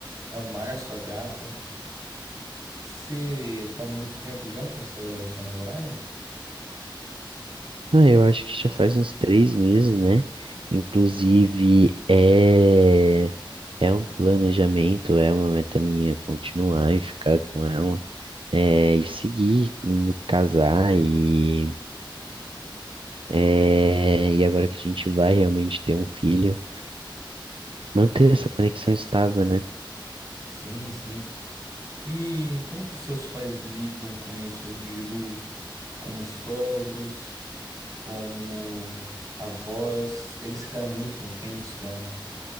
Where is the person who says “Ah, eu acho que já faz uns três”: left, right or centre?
Right